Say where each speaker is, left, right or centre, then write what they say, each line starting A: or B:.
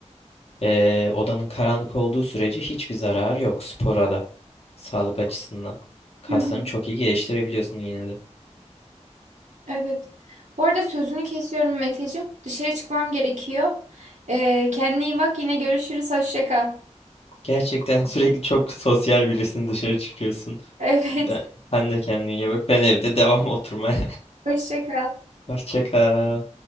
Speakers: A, on the left; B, on the right.
A: eee, odanın karanlık olduğu sürece hiçbir zararı yok spora da sağlık açısından. Kaslarını
B: hı hı.
A: çok iyi geliştirebiliyorsun yine de.
B: Evet. Bu arada sözünü kesiyorum Meteciğim. Dışarı çıkmam gerekiyor. E, kendine iyi bak. Yine görüşürüz. Hoşça kal.
A: Gerçekten <laughs> sürekli çok sosyal birisin dışarı çıkıyorsun.
B: <laughs> Evet.
A: Ben, sen de kendine iyi bak. Ben evde devam oturmaya.
B: Hoşça kal.
A: <laughs> Hoşça kal.